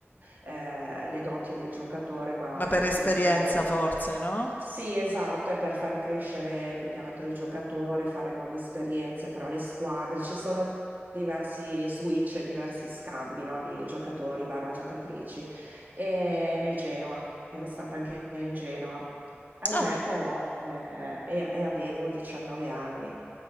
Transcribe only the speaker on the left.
Ma per
esperienza forse, no?
Ah,